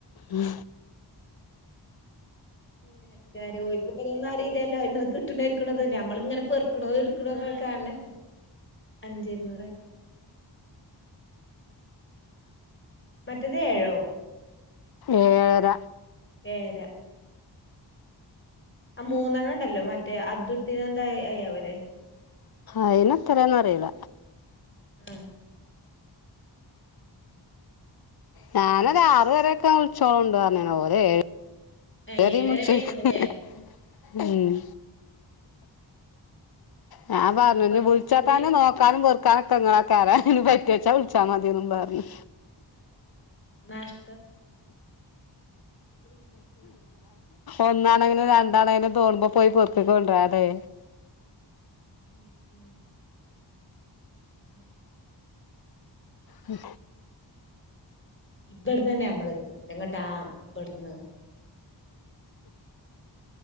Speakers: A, on the left (about 55°); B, on the left (about 25°).
A: മ്
B: <unintelligible> ഓല്ക് ഇപ്പതൊന്നും അറിയില്ലല്ലോ അഴിമന്ന് കി <unintelligible> ഞമ്മള് ഇങ്ങനെ പെറുക്കണതും എടുക്കണത്തും ഒക്കെ ആളിനെ അഞ്ചിരുന്നൂർ മറ്റേതേഴോ
A: ഏഴര
B: ഏഴര ആ മൂന്നാണ്ടല്ലോ മറ്റേ അതുട്‌തീന <unintelligible>
A: ആയിനെത്രാന്ന് അറിയില്ല
B: മ്
A: ഞാനൊരു ആറു വരൊക്കെ <unintelligible> ഓരോ ഏഴ
B: ആഹ് ഏഴ്
A: <unintelligible>
B: വരെ പെയ്ക്കുണുല്ലേ
A: ഞാനു പറഞ്ഞു
B: ആഹ് അപ്പൊ
A: ഇനി വിളിച്ചാ
B: ഇക്കുറി
A: തന്നെ നോക്കാനും പെറുക്കാനൊക്കെ നിങ്ങളൊക്കെ ആരാ ഇനി പറ്റുവെച്ചാ
B: ആഹ്
A: വിളിച്ചാ മതിയെന്നും പറഞ്ഞു
B: നഷ് പോയോക്ക് പോയോക്കാ
A: ഒന്നാണേങ്കിലും രണ്ടാണേലും പോകുമ്പോ പോയി പൊറതെക്ക്കൊണ്ട്വരതെ
B: മ് മ് മ്
A: മ്
B: ഇബടന്ന് തന്നെ നമ്മൾ എത്തുന്നെങ്ങോട്ടാ ഇബടുന്ന്